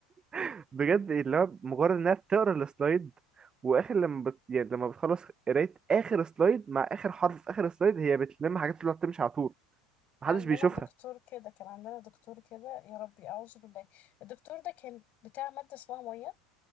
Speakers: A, on the right; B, on the left.
A: <laughs> بجد اللي هو مجرد انها تقرا السلايد واخر لما بت... يعني لما بتخلص قراية اخر سلايد مع اخر حرف في اخر سلايد هي بتلم حاجات تطلع تمشي على طول محدش
B: عندنا
A: بيشوفها
B: دكتور كده كان عندنا دكتور كده يا ربي اعوذ بالله الدكتور ده كان بتاع ماده اسمها ميه